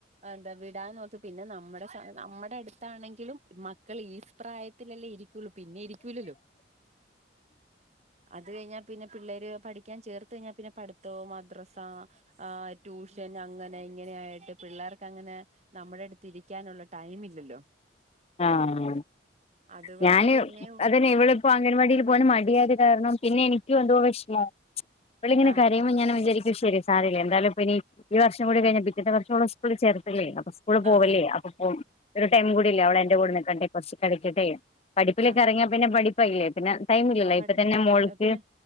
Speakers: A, on the right; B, on the left.
A: അ ന്താ വിടാന്നോർത്ത് പിന്നെ നമ്മടെ സ.. നമ്മുടെ അടുത്താണെങ്കിലും മക്കൾ ഈ പ്രായ ത്തിലല്ലേ ഇരിക്കുള്ളു പിന്നെ ഇരിക്കൂലല്ലോ അത് കഴിഞ്ഞാ പിന്നെ പിള്ളേര് പഠിക്കാൻ ചേർത്ത് കഴിഞ്ഞാ പിന്നെ പഠിത്തോം മദ്രസാ ആഹാ ടൂഷൻ അങ്ങ നെ ഇങ്ങനെയായിട്ട് പിള്ളേർക്ക് അങ്ങനെ നമ്മടെ അട്ത്തിര്ക്കാനുള്ള ടൈം ഇല്ലല്ലോ
B: ആഹ്
A: അത് കൊണ്ട്
B: ഞാന്
A: പിന്നെ
B: അതന്നെ ഇവളിപ്പോ അംഗൻവാടീൽ പോവാന് മടിയായ്ത് കാര്ണം പിന്നെ എനിക്ക് എന്തോ വെശ്മാ ഇവിളിങ്ങനെ
A: ആഹ്
B: കരയ്മ്പൊ ഞാൻ ഇങ്ങനെ വിചാരിക്കും ശരി സാരല്യ എന്താലും ഇപ്പ ഇനി ഈ വർഷം കൂടി കഴിഞ്ഞ
A: ആഹ്
B: പിറ്റെത്തെ വർഷവളെ സ്കൂളി ചേർത്തല്ലേ അപ്പൊ സ്കൂള് പോവല്യേ
A: ആഹ് ആഹ്
B: അപ്പൊപോ ഒരു ടൈം കൂട്യല്ലേ അവളെന്റെ കൂടെ നിക്കട്ടെ കൊർച്ച് കളിക്കട്ടെ പഠിപ്പിലൊക്കെ
A: ആഹ്
B: എറങ്ങ്യാ പിന്നെ പഠിപ്പായ്ല്ലേ പിന്നെ ടൈം ഇില്ലല്ലോ
A: ആ പണി
B: ഇപ്പ തന്നെ മോൾക്ക്
A: പിന്നെ